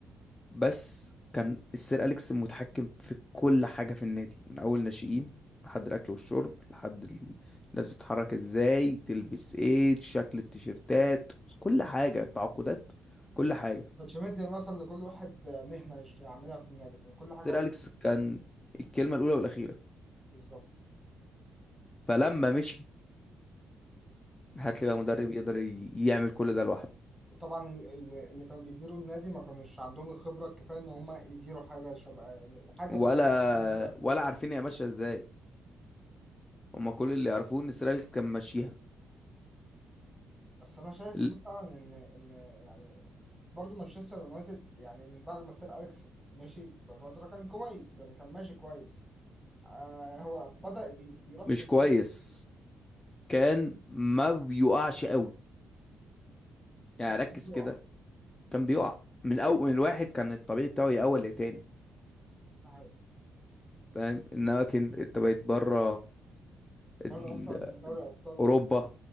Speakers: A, on the left; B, in the centre.
A: بس كان السير أليكس متحكم في كل حاجة في النادي من أول ناشئين لحد الأكل والشرب لحد ال- الناس بتتحرك ازاي تلبس ايه شكل التيشيرتات كل حاجة التعاقدات كل حاجة
B: كانش مدي مثلا لكل واحد مهنة يعملها في النادي كان كل حاجة
A: سير
B: هو اللي
A: أليكس
B: بت-
A: كان الكلمة الأولى والأخيرة
B: بالظبط
A: فلما مشي هات لي بقى مدرب يقدر ي- يعمل كل ده لوحده
B: وطبعا ال- ال- اللي كانوا بيديروا النادي ما كانوش عندهم الخبرة الكفاية إن هم يديروا حاجة شبه حاجة
A: ولا
B: من الحاجات اللي موجودة في
A: ولا
B: الأهلي.
A: عارفين هي ماشيه ازاي هما كل اللي يعرفوه ان اسرائيل كان ماشيها
B: بس أنا شايف
A: ل-
B: مثلا إن إن يعني برضو مانشستر يونايتد يعني من بعد ما سير أليكس مشي بفترة كان كويس يعني كان ماشي كويس آه هو بدأ ي- يروح
A: مش
B: في الكورة
A: كويس كان ما بيقعش قوي يعني
B: بس
A: ركز
B: كان بيقع
A: كده كان بيقع من اول من واحد كان الطبيعي بتاعه يأول لتاني
B: ده حقيقة
A: فاهم انما كان انت بقيت بره
B: برضه
A: ال-
B: أصلا دوري أبطال
A: اوروبا